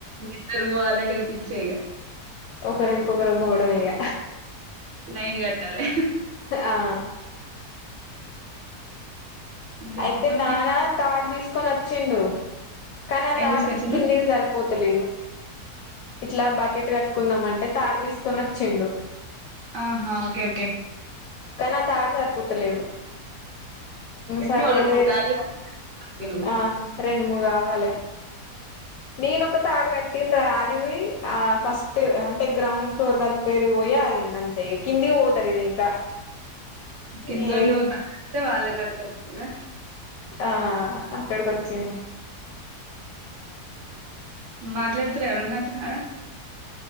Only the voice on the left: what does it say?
ఒకరు ఇంకొకరు పోవడ ఇక
ఆ
అయితే
నానా
తాడు తీసుకొని వచ్చిండు కానీ అ
త
ఆడు కిందికి సరిపోతలేదు ఇట్లా బకెట్ కట్టుకుందాం అంటే తాడ తీసుకున్న చెండు
కానీ తాడ సరిపోతలేదు
సపోలే
ఆ రెండు మూడు కావాలి నేను ఒక తాడు కట్టిండ్రా అది ఆ ఫస్ట్ అంటే గ్రౌండ్ ఫ్లోర్ దగ్గ పోయి ఆగింద అంత ఈ కిందకి పోతారు ఇంకా
ఏ
ఆ అక్కడికి వచ్చింది